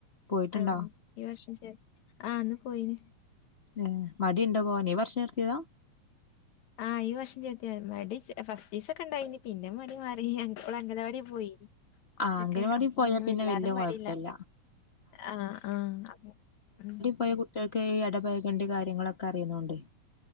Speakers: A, on the left (about 30°); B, on the left (about 75°).
A: പോയ്ട്ടുണ്ടോ
B: ആഹ്. ഈ വർഷം ചെ ആ ആന്ന് പോയിന്
A: ഏഹ് മടീണ്ടോ പോവാന് ഈ വർഷം നിർത്തിയതാ
B: ആ ഈ വർഷം ചേത്തിയ മടി ഫസ്റ്റിസക്കെണ്ടായിനി പിന്നെ മടി മ പി ഓള് അംഗലവാടി പോയി കൊർച്ചൊക്കെ
A: ആ അംഗനവാടി
B: അപ്പൊ
A: പോയാ പിന്നെ
B: വല്ലാതെ
A: വല്യ
B: മടില്ല
A: കൊഴപ്പല്ല
B: ആഹ് ആഹ് ഉം
A: പ്പൊ കുട്ടിയോൾക്ക് ഈ ഇടപെയ്‌കണ്ട കാര്യങ്ങളൊക്കെ അറിണോണ്ടെ